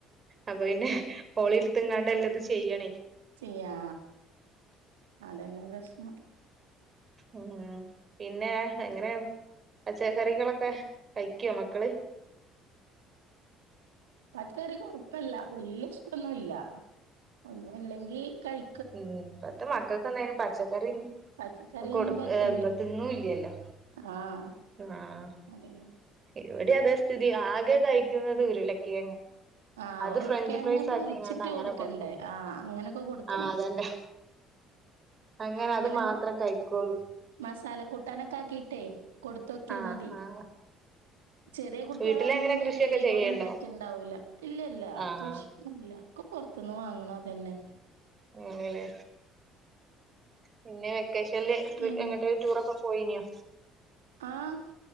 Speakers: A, on the right; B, on the right.
A: അപ്പ പിന്നെ ഓളി ഇട്ത്ത്ങ്ങാണ്ട് എല്ലതും ചെയ്യണേ.
B: ചെയ്യാ അതന്നെ പ്രശ്നം.
A: ഉം പിന്നെ എങ്ങനെ പച്ചക്കറികളൊക്കെ കഴിക്കോ മക്കള്?
B: പച്ചകറി കൊഴപ്പല്ല വല്ല്യേ ഇഷ്ട്ടൊന്നൂല്ല ഒന്നുല്ലെങ്കി കഴി
A: ഉം ഇപ്പത്തെ മക്കൾക്കൊന്നയ്ന് പച്ചക്കറി
B: പച്ചക്കറിയൊന്നും
A: കൊടു
B: പറ്റൂല.
A: ഏഹ് ന്ത തിന്നൂല്ലല്ലോ?
B: ആഹ്
A: ആഹ്
B: അതന്നെ.
A: ഇവടീം അതെ സ്ഥിതി ആകെ കഴിക്കുന്നത് ഉരുളക്കിഴങ്ങ്.
B: ആഹ്
A: അത്
B: ഉരുള
A: ഫ്രഞ്ച്
B: കിഴങ്ങ്
A: ഫ്രൈസ്
B: പൊരിച്ചിട്ട്
A: ആക്കിങ്ങാണ്ട് അങ്ങനെ
B: കൊടുക്കണ്ടേ
A: കൊടുക്കും
B: ആഹ് അങ്ങനൊക്കെ കൊടുക്കണേ.
A: ആ അതന്നെ അങ്ങനെ
B: ഇങ്ങനെ
A: അത് മാത്രം കഴിക്കോള്ളൂ
B: മസാല കൂട്ടാനൊക്കെ ആക്കിട്ടേ കൊടുത്തോക്കിയ
A: ആഹ്
B: മതി.
A: ആഹ്
B: ചെറിയ കുട്ട്യളാകുമ്പോ
A: വീട്ടിലങ്ങനെ
B: പിന്നെ
A: കൃഷിയൊക്കെ
B: ഈ എരിവൊന്നും
A: ചെയ്യണ്ടോ
B: പറ്റിണ്ടാവൂല്ല. ഇല്ലല്ല
A: ആഹ്
B: കൃഷ്
A: ആഹ്
B: യൊന്നൂല്ല ഒക്കെ പൊർത്ത്ന്ന് വാങ്ങ്ണതന്നെ.
A: ആണ്ല്ലേ? പിന്നെ വെക്കേഷൻല്
B: പിൻ
A: പോയ് എങ്ങട്ടേലും ടൂറൊക്കെ പോയിനോ?
B: ആഹ്